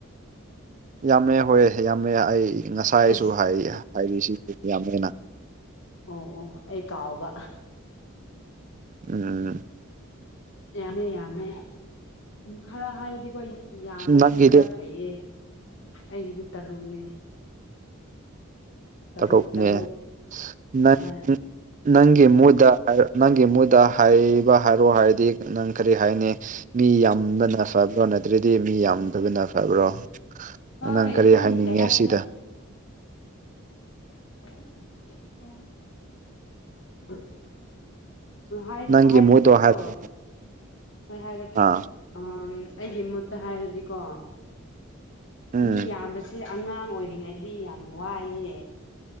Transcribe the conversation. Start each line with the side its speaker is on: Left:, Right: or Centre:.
Right: ꯌꯥꯝꯃꯦ ꯍꯣꯏ ꯌꯥꯝꯃꯦ ꯑꯩ ꯉꯁꯥꯏꯁꯨ
Left: ꯑꯁ
Right: ꯍꯥꯏꯔꯤꯁꯤꯁꯨ ꯌꯥꯝꯃꯦꯅ
Left: ꯑꯣ ꯑꯣ ꯑꯩ ꯀꯥꯎꯕ
Right: ꯎꯝ
Left: ꯌꯥꯝꯃꯦ ꯌꯥꯃꯦ ꯈꯔ ꯍꯥꯏꯔ ꯑꯗꯨꯗꯤꯀꯣ ꯌꯥꯝꯕꯁꯦ
Right: ꯅꯪꯒꯤꯗꯤ
Left: ꯈꯔ ꯐꯩꯌꯦ ꯑꯩꯒꯤꯗꯤ ꯇꯔꯨꯛꯅꯦ ꯇꯔꯨꯛ
Right: ꯇꯣꯅꯦꯪ
Left: ꯇꯔꯨꯛ
Right: ꯅꯪ
Left: ꯍꯣꯏ
Right: ꯅꯪꯒꯤ ꯃꯨꯗ ꯅꯪꯒꯤ ꯃꯨꯗ ꯍꯥꯏꯕ ꯍꯥꯏꯔꯣ ꯍꯥꯏꯔꯗꯤ ꯅꯪ ꯀꯔꯤ ꯍꯥꯏꯅꯤ ꯃꯤ ꯌꯥꯝ ꯊꯕꯅ ꯐꯕ꯭ꯔꯣ ꯅꯠꯇ꯭ꯔꯗꯤ ꯃꯤ ꯌꯥꯝꯗꯕꯅ ꯐꯕ꯭ꯔꯣ
Left: ꯍꯣꯏ
Right: ꯅꯉꯥꯡ ꯀꯔꯤ
Left: ꯑꯗꯨꯝ
Right: ꯍꯥꯏꯅꯤꯡꯉꯦ
Left: ꯀꯩ ꯍꯥꯏꯁꯤꯔꯣ
Right: ꯑꯁꯤꯗ
Left: <unintelligible> ꯑ
Right: ꯅꯪꯒꯤ
Left: ꯍꯥꯏꯔꯗꯤꯀꯣ
Right: ꯃꯨꯗꯣ ꯍꯥꯏꯔ
Left: ꯍꯣꯏ ꯍꯥꯏꯔꯛꯀꯦ
Right: ꯑꯥ
Left: ꯎ ꯑꯩꯒꯤ ꯃꯨꯠꯇ ꯍꯥꯏꯔꯗꯤꯀꯣ
Right: ꯎꯝ
Left: ꯃꯤ ꯌꯥꯝꯕꯁꯦ ꯑꯉꯥꯡ ꯑꯣꯏꯔꯤꯉꯩꯗꯤ ꯌꯥꯝ ꯋꯥꯏꯑꯦ